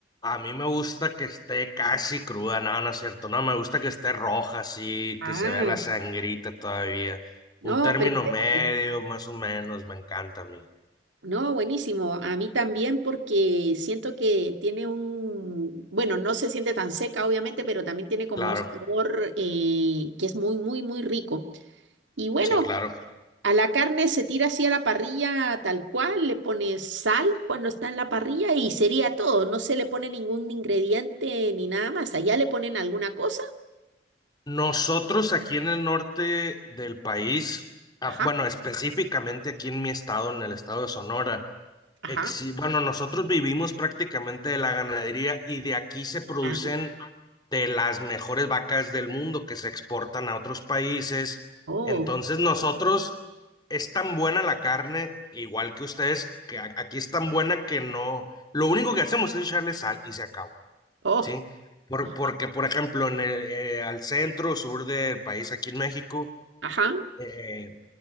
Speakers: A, on the left; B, on the right.
A: A mí me gusta que esté casi cruda, no, no es cierto, no, me gusta que esté roja, así,
B: Ah,
A: que se vea la sangrita todavía.
B: no,
A: Un término
B: perfecto.
A: medio, más o menos, me encanta a mí.
B: No, buenísimo. A mí también porque siento que tiene un, bueno, no se siente tan seca, obviamente, pero también tiene como
A: Claro,
B: un sabor eh, que es muy, muy, muy rico. Y bueno,
A: sí, claro.
B: a la carne se tira así a la parrilla tal cual, le pones sal cuando está en la parrilla y sería todo. No se le pone ningún ingrediente ni nada más. Allá le ponen alguna cosa.
A: Nosotros aquí en el norte del país, af-
B: Ajá,
A: bueno, específicamente aquí en mi estado, en el estado de Sonora,
B: ajá.
A: exi- bueno, nosotros vivimos prácticamente de la ganadería y de aquí se producen
B: Ah,
A: de las mejores vacas del mundo que se exportan a otros países.
B: oh,
A: Entonces nosotros es tan buena la carne, igual que ustedes, que a- aquí es tan buena que no, lo único que hacemos es echarle sal y se acabó,
B: oh,
A: ¿sí? Por-
B: ajá,
A: porque, por ejemplo, en el, eh, al centro, sur del país, aquí en México,
B: ajá.
A: eh,